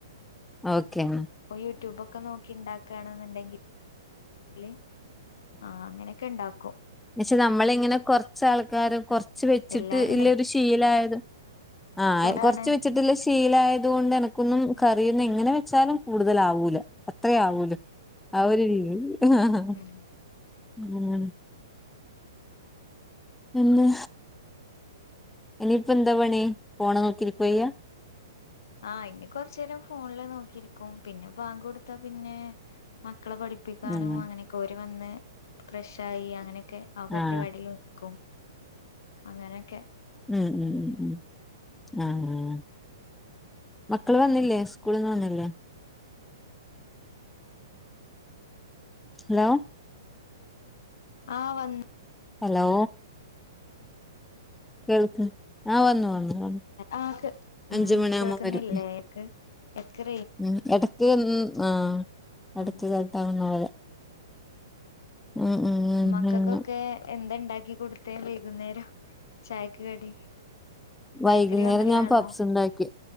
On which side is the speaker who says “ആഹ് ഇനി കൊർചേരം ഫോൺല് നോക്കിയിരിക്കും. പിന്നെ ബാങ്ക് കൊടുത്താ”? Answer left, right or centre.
Left